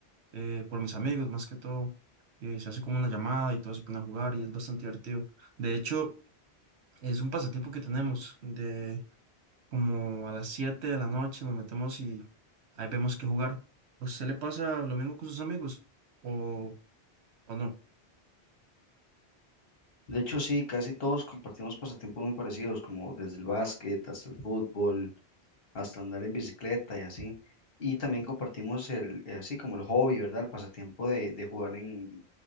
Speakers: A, on the right; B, on the left.
A: eh, por mis amigos más que todo. eh, se hace como una llamada y todos se ponen a jugar y es bastante divertido. De hecho, es un pasatiempo que tenemos de como a las 7 de la noche nos metemos y ahí vemos qué jugar. ¿A usted le pasa lo mismo con sus amigos o, o no?
B: De hecho, sí, casi todos compartimos pasatiempos muy parecidos, como desde el básquet hasta el fútbol, hasta andar en bicicleta y así. Y también compartimos el, eh, así como el hobby, ¿verdad? El pasatiempo de, de jugar en,